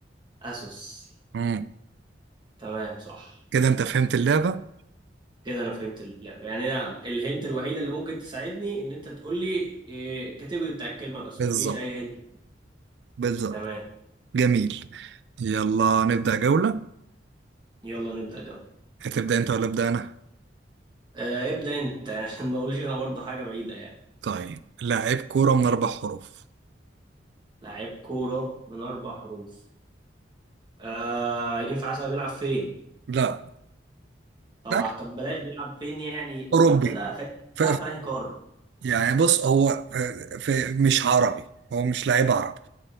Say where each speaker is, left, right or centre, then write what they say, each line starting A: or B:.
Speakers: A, on the right (about 25°); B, on the right (about 65°).
A: أسوس
B: امم
A: تمام صح
B: كده انت فهمت اللعبة
A: كده أنا فهمت اللعبة يعني أنا الهنت الوحيدة اللي ممكن تساعدني إن أنت تقول لي إيه الكاتيجوري بتاع الكلمة بس
B: بالظبط
A: مفيش أي هنت
B: بالظبط
A: تمام
B: جميل يلا نبدأ جولة
A: يلا نبدأ جولة
B: هتبدأ انت ولا ابدأ انا
A: آه ابدأ انت يعني عشان ما اقولش انا برضه حاجة بعيدة يعني
B: طيب لاعب كورة من اربع حروف
A: لاعب كورة من اربع حروف آه ينفع اسأل بيلعب فين
B: لا
A: طبعا
B: لا،
A: طب بلاش بيلعب فين يعني
B: اوروبي
A: محددة خلينا
B: ف...
A: بيلعب في انهي قارة
B: يعني بص هو في في- مش عربي هو مش لعيب عربي